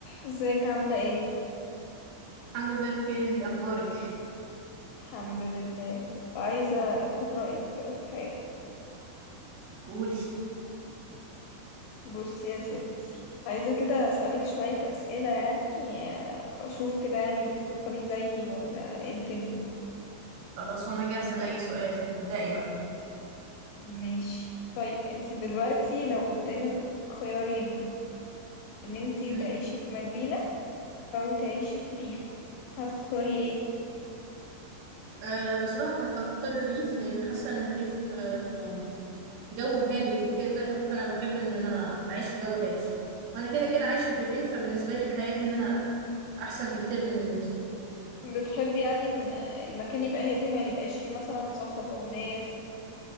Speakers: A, on the left; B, on the right.
A: ازيك عاملة ايه؟
B: الحمد لله بخير انت اخبارك
A: الحمد لله كنت عايزة اخد رأيك كده في حاجة
B: قولي
A: بصي يا ستي عايزة كده اسألك شوية اسئلة يعني آه، اشوف كده يعني بتفكري زيي ولا ايه الدنيا
B: خلاص وانا جاهزه لاي سؤال ابدأي بقى
A: ماشي طيب انتي دلوقتي لو قدامك خيارين ان انتي
B: مم.
A: تعيشي في مدينة او تعيشي في ريف هتختاري ايه؟
B: أه بصراحه هختار الريف لان حاسه ان الريف آه، يعني جو هادي وكده فانا بحب ان انا اعيش في جو هادي وانا كده كده عايشه في الريف فبالنسبه لي الحياه هنا احسن بكتير من المدن
A: بتحبي يعني ان المكان يبقى هادي ما يبقاش فيه مثلا صخب او ناس